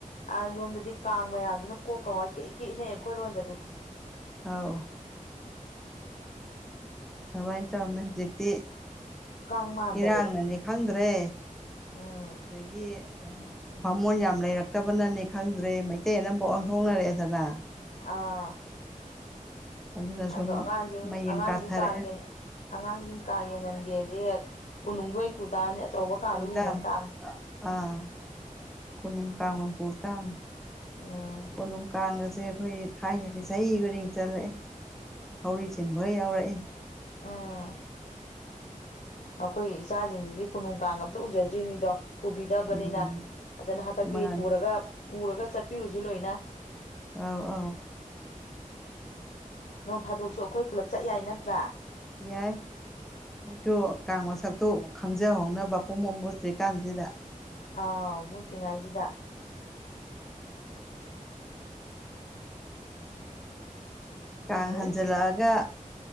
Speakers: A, on the left (about 70°); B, in the centre.
A: ꯑꯥꯔꯣꯝꯗꯗꯤ ꯀꯥꯡ ꯃꯌꯥꯝꯁꯤꯅ ꯀꯣꯛꯀꯥ ꯉꯥꯎꯏ ꯀꯔꯤꯛ ꯀꯔ꯭ꯤꯛ ꯏꯅꯩ ꯑꯩꯈꯣꯏꯔꯣꯝꯗꯗꯤ
B: ꯑꯥꯎ ꯑꯗꯨꯃꯥꯏꯅ ꯇꯧꯔꯝꯃꯦ ꯍꯧꯖꯤꯛꯇꯤ
A: ꯀꯥꯡ ꯃꯥꯟꯗꯔꯦ
B: ꯏꯔꯥꯡꯅꯅꯤ ꯈꯪꯗ꯭ꯔꯦ
A: ꯎꯝ
B: ꯑꯗꯒꯤ ꯚꯃꯣꯟ ꯌꯥꯝ ꯂꯩꯔꯛꯇꯕꯅꯅꯤ ꯈꯪꯗ꯭ꯔꯦ ꯃꯩꯇꯩ ꯑꯅꯝꯕ ꯑꯣꯟꯊꯣꯛꯅꯔꯛꯑꯦꯗꯅ
A: ꯑꯥ
B: ꯑꯗꯨꯅ
A: ꯑꯗꯣ
B: ꯁꯨꯝ
A: ꯑꯉꯥꯡꯁꯤꯡ
B: ꯃꯌꯦꯡ
A: ꯑꯉꯥꯡꯁꯤꯡ
B: ꯇꯥꯊꯔꯛꯑꯦ
A: ꯀꯥ ꯌꯦꯡꯉ ꯑꯉꯥꯡꯁꯤꯡ ꯀꯥꯡ ꯌꯦꯡꯍꯟꯒꯦꯗꯤ ꯀꯣꯅꯨꯡꯗ ꯑꯣꯏꯅꯥ ꯄꯨ ꯇꯥꯕꯅꯤ ꯑꯆꯧꯕ ꯀꯥꯡꯗꯣ
B: ꯄꯨꯇꯝꯅꯤ
A: ꯌꯦꯡꯍꯟ ꯇꯥꯕꯅꯤ
B: ꯑꯥ ꯀꯣꯅꯨꯡ ꯀꯥꯡ ꯑꯣꯏ ꯄꯨ ꯇꯥꯕꯅꯤ
A: ꯑ
B: ꯀꯣꯅꯨꯡ ꯀꯥꯡ ꯒꯥꯁꯦ ꯑꯩꯈꯣꯏ ꯊꯥꯏꯅꯗꯤ ꯆꯍꯤ ꯈꯨꯗꯤꯡ ꯆꯠꯂꯛꯑꯦ
A: <inaudible>
B: ꯊꯧꯔꯤ ꯆꯤꯡꯕꯒꯥ ꯌꯥꯎꯔꯛꯏ
A: ꯑꯥ ꯑꯩꯈꯣꯏ ꯏꯆꯥꯁꯤꯡꯁꯤꯗꯤ ꯀꯣꯅꯨꯡ ꯀꯥꯡꯒꯥ ꯑꯝꯇ ꯎꯖꯗ꯭ꯔꯤꯅꯤꯗꯣ ꯄꯨꯕꯤꯗꯕꯅꯤꯅ
B: ꯎꯝ
A: ꯑꯗꯨꯅ ꯍꯟꯗꯛꯇꯤ
B: ꯃꯥꯅꯤ
A: ꯄꯨꯔꯒ ꯄꯨꯔꯒ ꯆꯠꯄꯤꯌꯨꯁꯤ ꯂꯣꯏꯅ
B: ꯑꯥꯎ ꯑꯥꯎ
A: ꯅꯣꯡ ꯐꯥꯗꯣꯛꯁꯨ ꯑꯩꯈꯣꯏ ꯄꯨꯂꯞ ꯆꯠ ꯌꯥꯏ ꯅꯠꯇ꯭ꯔꯥ
B: ꯌꯥꯏ ꯃꯣꯏꯁꯨ ꯀꯥꯡ ꯃꯁꯛꯇꯨ ꯈꯪꯖꯍꯧꯅꯕ ꯄꯨꯡꯃꯨꯠ ꯃꯨꯠꯇꯔꯤ ꯀꯟꯁꯤꯗ
A: ꯑꯥ ꯃꯨꯠꯇ꯭ꯔꯤꯉꯩꯁꯤꯗ ꯈꯪꯗꯦ
B: ꯀꯥꯡ ꯍꯟꯖꯜꯂꯛꯑꯒ